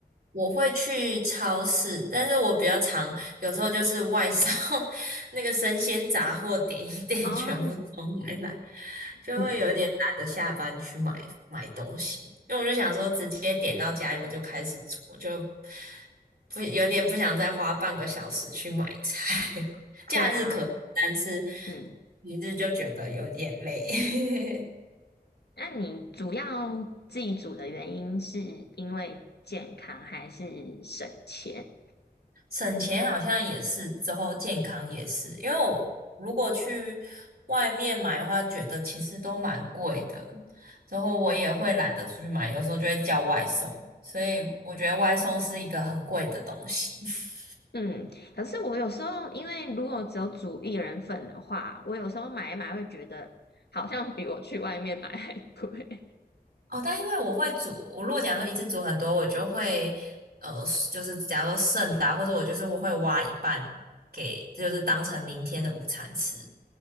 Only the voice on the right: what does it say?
我会去超市，但是我比较常有时候就是外送 <laughs> 那个生鲜杂货点一点，
全部送回来，就会有一点懒得下班去买买东西，
因为我就想说直接点到家里我就开始煮，我就不有点不想再花半个小时去买菜。<laughs> 假日可以，
但是
平日就觉得有点累。<laughs>
省钱好像也是，之后健康也是，因为我如果去外面买的话，觉得其实都蛮贵的，之后我也会懒得出去买，有时候就会叫外送，所以我觉得外送是一个很贵的东西。<laughs>
哦，但因为我会煮，我如果假如说一次煮很多，我就会呃，就是假如说剩的啊或者我就是我会挖一半给，就是当成明天的午餐吃。